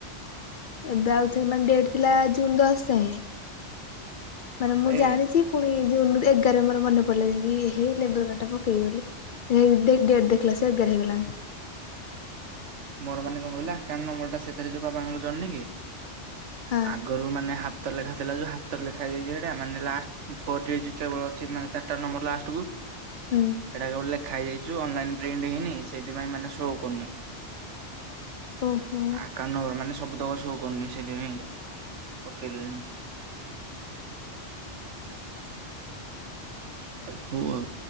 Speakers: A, on the left; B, on the right.
A: ଏବେ ଆଉ ଥରେ ମାନେ ଡେଟ୍ ଥିଲା ଜୁନ ଦଶ ଯାଏଁ ମାନେ ମୁଁ
B: ଆରେ
A: ଜାଣିଚି ପୁଣି ଜୁନ ଏଗାର ମୋର ମନେ ପଡିଲେ ଯାଇକି ଏହେ ଲେବର କାଡଟା ପକେଇବି ବୋଲି ନାଇ ଡେ ଡେଟ ଦେ ଦେଖିଲା ସେ ଏଗାର ହେଇଗଲାଣି।
B: ମୋର ମାନେ କଣ କହିଲ ଆକାଉଣ୍ଟ ନମ୍ବରଟା ସେଥିରେ ଯୋଉ ବାପାଙ୍କର ଜଏଣ୍ଟ ନୁହଁ କି
A: ହଁ
B: ଆଗ ଗରୁ ମାନେ ହାତ ଲେଖା ଥିଲା ଯୋଉ ହାତର ଲେଖାଦିଏ ଯୋଉଚିଟା ମାନେ ଲାଷ୍ଟ ଫୋର ଡିଜିଟଟା ମୋର ଅଛି ମାନେ ଚାରଟା ନମ୍ବର ଲାଷ୍ଟକୁୁ
A: ହୁଁ।
B: ସେଇଟା କେବଳ ଲେଖା ହେଇଯାଇଚୁ ଅନଲାଇନ ପ୍ରିଣ୍ଟ ହେଇନି ସେଇଥିପାଇଁ ମାନେ ଶୋ କରୁନି।
A: ଓହୋ
B: ଆକାଉଣ୍ଟ ନମ୍ୱର ମାନେ ସବୁତକ ସୋ କରନି ସେଇଥିପାଇଁ ପକେଇଲିନି। ହୋଉ ଆଉ